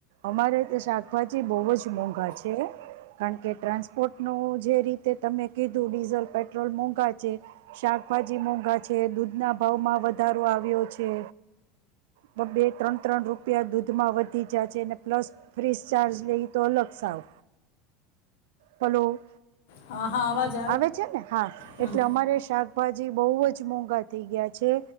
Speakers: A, on the right; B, on the left.
A: અમારે તે શાકભાજી બહુ જ મોંઘા છે. કારણ કે ટ્રાન્સપોર્ટ નું જે રીતે તમે કીધું ડીઝલ પેટ્રોલ મોંઘા છે શાકભાજી મોંઘા છે દૂધ ના ભાવમાં વધારો આવ્યો છે બ બે ત્રણ ત્રણ રૂપિયા દૂધમાં વધી ગયા છે ને પ્લસ ફ્રીસ ચાર્જ લઈ તો અલગ સાવ હલો.
B: હા હા અવાજ
A: આવે છે ને હા
B: હમ
A: એટલે અમારે શાક ભાજી બહુ જ મોંઘા થઇ ગયા છે